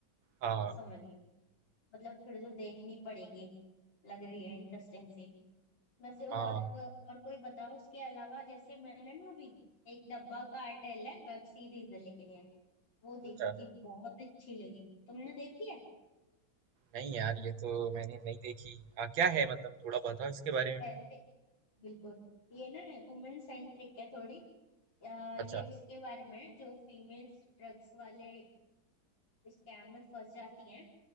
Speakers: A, on the right; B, on the left.
A: हाँ
B: हम्म समझ गई मतलब फिर तो देखनी पड़ेगी लग रही है इंटरेस्टिंग सी वैसे और
A: हाँ
B: और कोई बताओ उसके अलावा जैसे मैंने ना अभी एक डब्बा कार्टेल है वेब सीरीज है लेकिन ये वो
A: अच्छा
B: देखी थी बहुत अच्छी लगी तुमने देखी है
A: नहीं यार ये तो मैंने नहीं देखी हाँ क्या है मतलब थोड़ा बताओ इसके बारे में
B: रहते बिल्कुल ये ना वुमेन सेंट्रिक है थोड़ी अ, ये
A: अच्छा
B: उसके बारे में है, जो फीमेल्स ड्रग्स वाले स्कैम में फंस जाती हैं